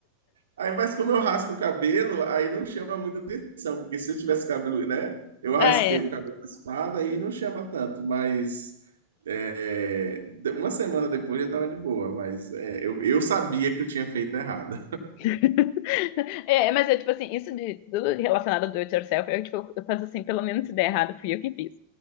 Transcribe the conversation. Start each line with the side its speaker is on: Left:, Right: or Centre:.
Right: Aí, mas como eu raspo o cabelo, aí não chama muita atenção, porque se eu tivesse cabelo, né? Eu raspei
Left: Ah, é.
Right: o cabelo raspado, aí não chama tanto, mas é, de- uma semana depois eu tava de boa, mas é, eu, eu sabia que eu tinha feito errado.
Left: <laughs> É, mas é tipo assim, isso de tudo relacionado ao do it yourself, eu, tipo, eu faço assim, pelo menos se der errado, fui eu que fiz.